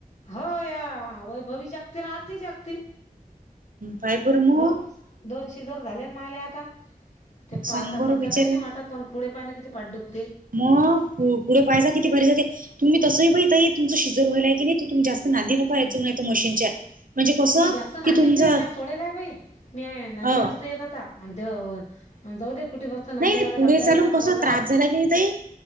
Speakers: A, on the left; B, on the right.
A: हो या वैभवी जगती ना आरती जागती.
B: काय कर मग
A: द दोन जर झाले ना मला आता ते पाहता
B: सांग बरं
A: सध्या
B: बिचारे
A: काही नाही वाटत पण पुढे पाहाय ना पाठ दुखती.
B: मग पुढे पैसा किती भरी जातय. तुम्ही तसं बई ताई तुमंच शिजर व्हाल का नाय तुम्ही जास्त नादी नका येत जाऊ मशीनच्या म्हणजे कसं
A: मी जास्त
B: की
A: नादीच
B: तुमचं
A: नाय येत नाय सोडेला आहे बाई मी नादी
B: ह
A: नसत येत आता. आ जाऊ दया कुठे बसता
B: नाही
A: नादी
B: नाही
A: लागत
B: पुढे
A: आपल्याला
B: चालून
A: काय
B: कस
A: पोरगा
B: त्रास
A: आहे.
B: झाला ताई